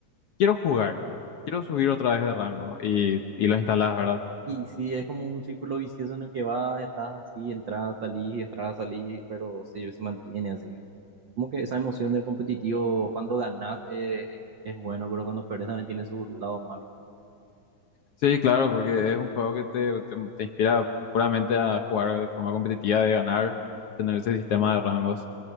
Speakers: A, on the left; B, on the right.
A: quiero jugar, quiero subir otra vez de rango y, y lo instalás, ¿verdad?
B: Y sí, es como un círculo vicioso en el que vas, estás así, entras, salís, entras, salís, pero sí, se mantiene así. Como que esa emoción del competitivo cuando ganas eh, es bueno, pero cuando perdes también tiene su lado malo.
A: Sí, claro, porque es un juego que te, te, te inspira puramente a jugar de forma competitiva, de ganar, tener ese sistema de rangos.